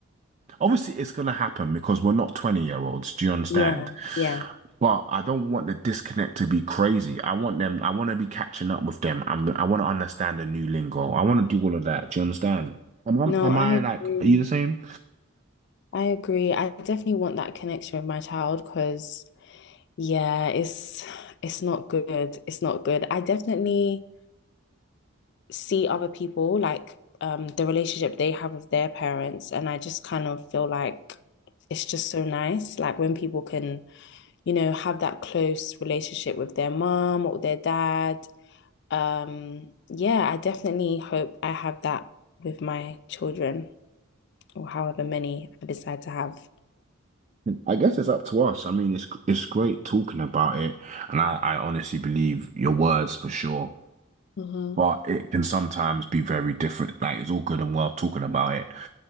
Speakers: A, on the right; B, on the left.
A: obviously it's gonna happen because we're not 20 year olds. Do you understand?
B: yeah, yeah.
A: But I don't want the disconnect to be crazy. I want them, I want to be catching up with them. I'm, I want to understand the new lingo. I want to do all of that. Do you understand? Am, I-
B: No,
A: am
B: I
A: I like,
B: agree.
A: are you the same?
B: I agree. I definitely want that connection with my child because yeah, it's it's not good. It's not good. I definitely see other people like um the relationship they have with their parents and I just kind of feel like it's just so nice like when people can, you know, have that close relationship with their mom or their dad. Um yeah, I definitely hope I have that with my children or however many I decide to have.
A: I guess it's up to us. I mean, it's it's great talking about it, and I, I honestly believe your words for sure.
B: hmm
A: But it can sometimes be very different. Like it's all good and well talking about it,